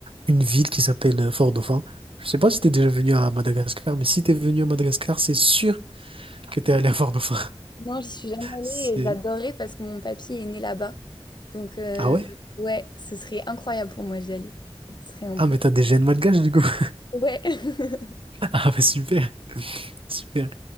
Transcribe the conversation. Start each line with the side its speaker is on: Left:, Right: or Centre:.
Right: une ville qui s'appelle euh, Fort-Dauphin. Je sais pas si t'es déjà venu à Madagascar, mais si t'es venu à Madagascar, c'est sûr que t'es allé à Fort-Dauphin.
Left: Non, j'y suis jamais allée
Right: C'est...
Left: et j'adorerais parce que mon papy est né là-bas. Donc, euh,
Right: Ah ouais?
Left: ouais, ce serait incroyable pour moi d'y aller. Ce serait un
Right: Ah,
Left: peu...
Right: mais t'as des gènes malgaches, du coup. <laughs>
Left: Ouais. <laughs>
Right: Ah, bah super, super.